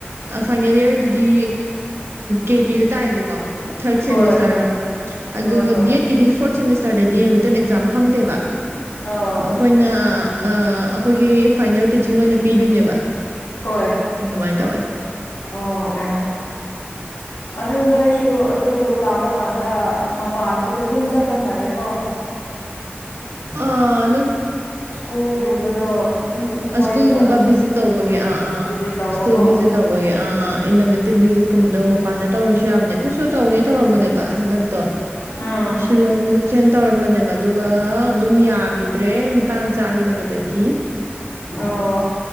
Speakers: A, on the right (about 85°); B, on the left (about 85°).
A: ꯐꯥꯏꯅꯦꯜ ꯏꯌꯥꯔꯗꯨꯗꯤ ꯀꯦ ꯄꯤꯗ ꯇꯥꯏꯑꯌꯦꯕꯀꯣ ꯊꯔꯠ
B: ꯍꯣꯏ
A: ꯁꯦꯃꯤꯁꯇꯔꯗꯣ ꯑꯗꯨꯒ
B: ꯍꯣꯏ ꯍꯣꯏ
A: ꯕꯤ ꯑꯦꯠ ꯀꯤꯗꯤ ꯐꯣꯔꯠ ꯁꯦꯃꯤꯁꯇꯔꯗꯗꯤ ꯔꯤꯇꯟ ꯑꯦꯛꯖꯥꯝ ꯐꯝꯗꯦꯕ
B: <unintelligible>
A: ꯑꯩꯈꯣꯏꯅ ꯑꯩꯈꯣꯏꯒꯤ ꯐꯥꯏꯅꯦꯜ ꯇꯤꯆꯤꯡ ꯑꯣꯏꯅ ꯄꯤꯗꯣꯏꯅꯦꯕ
B: ꯍꯣꯏ
A: ꯑꯗꯨꯃꯥꯏꯅ ꯇꯧꯋꯦ
B: ꯑꯣ ꯑꯣ ꯑꯗꯨ ꯅꯣꯏꯁꯨ ꯑꯗꯨ ꯇꯥꯝꯕ ꯀꯥꯟꯗ ꯃꯄꯥꯟꯗꯁꯨ ꯑꯗꯨꯝ ꯆꯠꯄ ꯃꯥꯜꯂꯦꯀꯣ
A: ꯑ
B: ꯁ꯭ꯀꯨꯜꯒꯨꯝꯕꯗꯣ ꯑꯗꯨꯝ ꯀꯣꯏ
A: ꯁ꯭ꯀꯨꯜꯒꯨꯝꯕ ꯚꯤꯖꯤꯠ ꯇꯧꯕꯒꯤ
B: ꯎꯝ
A: ꯑꯥ ꯑꯥ
B: ꯚꯤꯖꯤꯠ ꯇꯧꯕꯀꯣ
A: ꯁ꯭ꯀꯨꯜ ꯚꯤꯖꯤꯠ
B: ꯎꯝ
A: ꯇꯧꯕꯒꯤ ꯑꯥ ꯇꯤ ꯚꯤꯖꯤꯠꯀꯨꯝꯕꯗꯣ ꯃꯄꯥꯟꯗ ꯇꯧꯔꯁꯨ ꯌꯥꯕꯅꯦ ꯑꯩꯈꯣꯏꯁꯨ ꯇꯧꯅꯦ ꯇꯧꯔꯝꯕꯅꯦꯕ ꯍꯟꯗꯛꯇꯣ
B: ꯎꯝ
A: ꯁꯤꯂꯣꯡꯗ ꯆꯦꯟ ꯇꯧꯔꯝꯕꯅꯦꯕ ꯑꯗꯨꯒ ꯑꯗꯨꯝ ꯌꯥꯈꯤꯗ꯭ꯔꯦ ꯃꯇꯥꯡ ꯆꯥꯈꯤꯗꯕꯗꯒꯤ
B: ꯑꯣ